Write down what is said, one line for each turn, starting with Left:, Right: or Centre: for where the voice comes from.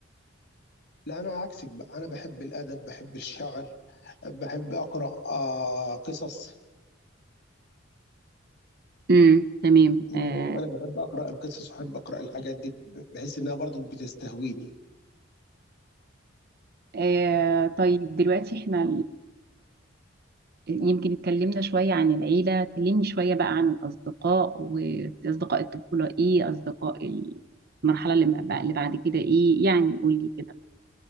Left: لا أنا عكسك بقى أنا بحب الأدب بحب الشعر بحب أقرأ آه، قصص
Right: مم. تمام
Left: يعني
Right: آه،
Left: أنا بحب أقرأ القصص وأحب أقرأ الحاجات دي بحس إنها برضو بتستهويني
Right: آه، طيب دلوقتي احنا يمكن اتكلمنا شوية عن العيلة كلمني شوية بقى عن الأصدقاء وأصدقاء الطفولة إيه أصدقاء المرحلة اللي ما بقى- اللي بعد كده إيه يعني قولي كده